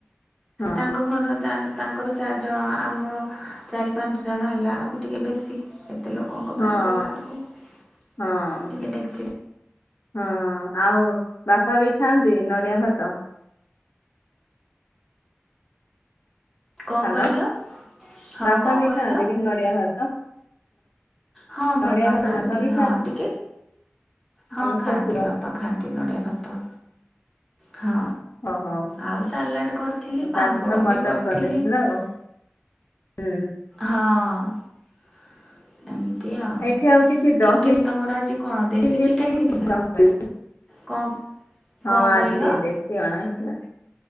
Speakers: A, on the left; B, in the centre.
A: ହଁ
B: ତାଙ୍କ ଘରର ତା ତାଙ୍କର ଚାରିଜଣ ଆମର ଚାରି ପାଞ୍ଚ ଜଣ ହେଲା ବେଳକୁ ଟିକେ ବେଶୀ। ଏତେ ଲୋକଙ୍କ
A: ହଁ
B: ପାଇଁ ଗଲା ଆଳକୁ ଟିକେ
A: ହଁ
B: ଦେକଚି ରେ
A: ହଁ ଆଉ ବାପା ବି ଖାଆନ୍ତି ନଡିଆ ଭାତ?
B: କଣ
A: ହ୍ୟାଲୋ
B: କହିଲ? ହଁ
A: ବାପା
B: କଣ
A: ବି
B: କହିଲ?
A: ଖାଆନ୍ତି କି ନ ନଡଆ ଭାତ?
B: ହଁ ବାପା
A: ନଡିଆ ଭାତ
B: ଖାଆନ୍ତି
A: ବାପା ବି
B: ହଁ ଟିକେ। ହଁ
A: ମାନେ ଶ୍ୱଶୁର
B: ଖାଆନ୍ତି ବାପା ଖାଆନ୍ତି ନଡିଆ ଭାତ। ହଁ
A: ଓହୋ
B: ଆଉ ସାଲାଡ଼ କରିଥିଲି
A: ଆଉ
B: ପାମ୍ପଡ଼
A: ତା ସହିତ ମଟନ
B: ବି କରିଥିଲି।
A: କରିଦେଇଥିଲ
B: ହ।
A: ଆଉ ହୁଁ।
B: ହଁ। ଏମିତି ଆଉ
A: ଏଇଠି କିଛି ଦହି
B: ଚିକେନ ତମର ଆଜି କଣ ଦେଶୀ
A: ଇଏ
B: ଚିକେନ
A: ସିଏ କିଛି
B: ହେଇଥିଲା।
A: ପକା ହୁଏନି।
B: କଣ କଣ
A: ହଁ ଆଜି
B: କହିଲ?
A: ଟିକେ ଦେଶୀ ଅଣା ହେଇଥିଲା।